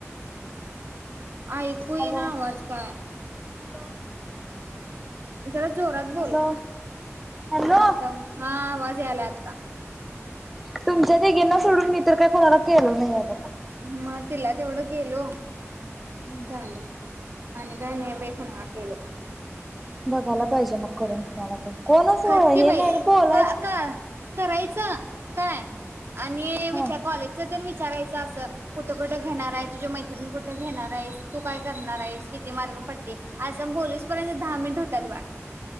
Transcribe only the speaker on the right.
आयकू
ईना आवाज काय?
जरा जोरात बोल.
हा आता, हा आवाज यालाय आता.
म तिला तेवढं केलो
झालं आणि काय नाही बाई कुणाला केलो.
कर की बाई
क क करायचं काय? आणि विचार
कॉलेजचा तर विच विचारायचं असं कुठं-कुठ घेणार आहे. तूझी मैत्रिण कुठं घेणार आहेस. तू काय करणार आहेस. किती. मार्क पडले. असं बोलूस पर्यंत. दहा मिनिट होतात बाळ.